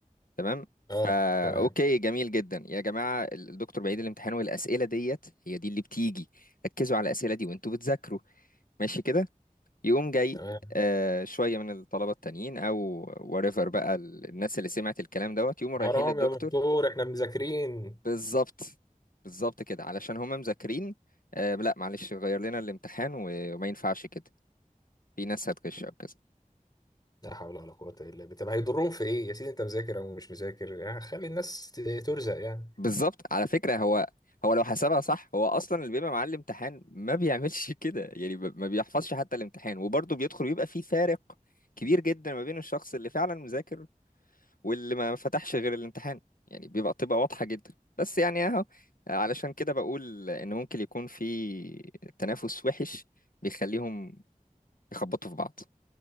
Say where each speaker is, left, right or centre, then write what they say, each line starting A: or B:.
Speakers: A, on the left; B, on the left.
A: تمام
B: اه
A: فا
B: تمام
A: اوكي جميل جدا يا جماعة ال- الدكتور بيعيد الامتحان والاسئلة ديت هي دي اللي بتيجي ركزوا على الاسئلة دي وانتوا بتذاكروا ماشي كده يقوم جاي
B: تمام
A: آه شوية من الطلبة التانيين او وريفر بقى ال- الناس اللي سمعت الكلام دوت يقوموا
B: حرام
A: رايحين للدكتور
B: يا دكتور احنا مذاكرين
A: بالظبط بالظبط كده علشان هما مذاكرين آه لا معلش غير لنا الامتحان و- وما ينفعش كده في ناس هتغش او كذا
B: لا حول ولا قوة الا بالله طب هيضرهم في ايه يا سيدي انت مذاكر او مش مذاكر يعني خلي الناس ت- ترزق يعني
A: بالظبط على فكرة هو هو لو حسبها صح هو اصلا اللي بيبقى معاه الامتحان ما بيعملش <laughs> كده يعني ب- ما بيحفظش حتى الامتحان وبرضه بيدخل ويبقى في فارق كبير جدا ما بين الشخص اللي فعلا مذاكر واللي ما فتحش غير الامتحان يعني بيبقى تبقى واضحة جدا بس يعني اهو علشان كده بقول ان ممكن يكون في تنافس وحش بيخليهم يخبطوا في بعض